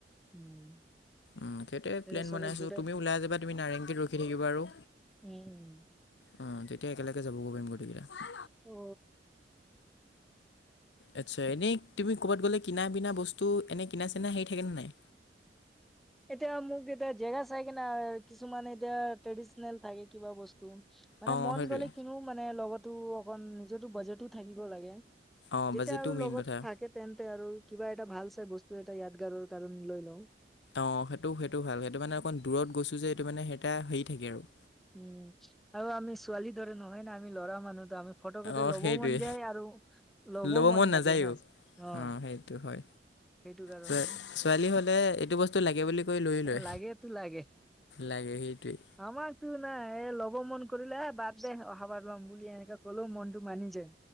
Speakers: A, in the centre; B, on the left.
A: উম
B: উম' সেইটোৱে
A: এতিয়া
B: প্লেন
A: চবে
B: বনাইছোঁ
A: গোটাই
B: তুমি ওলাই যাবা নাৰেংগীত ৰখি থাকিবা আৰু।
A: উম উম
B: অ, ' তেতিয়া একেলগে যাব গৈ পাৰিম গোটেইকেইটা।
A: অ।
B: আচ্ছা, এনেই তুমি ক'ৰবাত গ'লে কিনা বিনা বস্তু এনেই কিনা চিনা হেৰি থাকেনে নাই?
A: এতিয়া মোক এতিয়া জেগা চাই কি না কিছুমান এতিয়া ট্ৰেডিচনেল থাকে কিবা বস্তু। মানে
B: অঁ
A: মন
B: সেইটোৱে
A: গলে কিনো মানে লগতো অকন নিজটো বাজেটো থাকিব লাগে।
B: অঁ
A: যেতিয়া
B: বাজেটটো
A: আৰু
B: মেইন
A: লগত
B: কথা
A: থাকে - তেন্তে আৰু কিবা এটা ভাল চাই বস্তু এটা য়াদগাৰৰ কাৰণে লৈ লওঁ।
B: অঁ সেইটো সেইটো ভাল সেইটো মানে অকণ দূৰত গৈছো যে এইটো মানে সেইটা হেৰি থাকে আৰু।
A: উম, ' আৰু আমি ছোৱালী দৰে নহয় না আমি ল'ৰা মানুহ ত আমি - ফটোকেটা
B: অঁ
A: ল'বো
B: সেইটোৱে
A: মন যায় আৰু ল'বও
B: ল'ব
A: মন নাযায়া
B: নাযায়ো
A: ন, অ।
B: অঁ সেইটো হয়,
A: সেইটো কাৰণে
B: ছোৱা ছোৱালী হলে এইটো বস্তু টো লাগে বুলি কয় লৈ লয়।
A: লাগেতো লাগে
B: লাগে সেইটোৱেই।
A: আমাকতো নাই এ ল'ব মন কৰিলে এ বাদ দে অহাবাৰ ল'ম বুলি এনেকে কলেও মনটো মানি যায়।